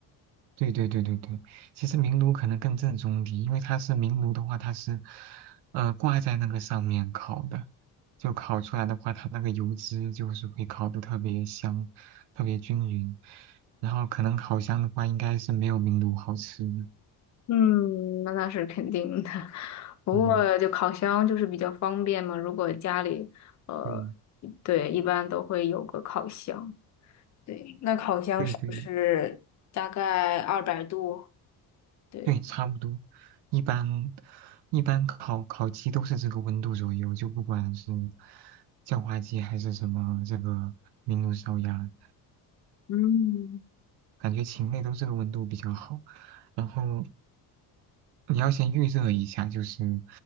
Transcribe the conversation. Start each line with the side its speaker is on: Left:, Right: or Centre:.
Right: 对对对对对，其实明炉可能更正宗一点，因为它是明炉的话，它是呃挂在那个上面烤的，就烤出来的话，它那个油脂就是会烤的特别香，特别均匀。然后可能烤箱的话，应该是没有明炉好吃的
Left: 嗯，那那是肯定的。<laughs> 不过就烤箱就是比较方便嘛，
Right: 嗯，
Left: 如果家里呃，
Right: 对
Left: 对，一般都会有个烤箱。对，那烤箱是不是大概二百度？
Right: 对对
Left: 对，
Right: 对，差不多。一般一般烤烤鸡都是这个温度左右，就不管是叫花鸡还是什么这个明炉烧鸭。
Left: 嗯，
Right: 感觉禽类都这个温度比较好。然后你要先预热一下，就是，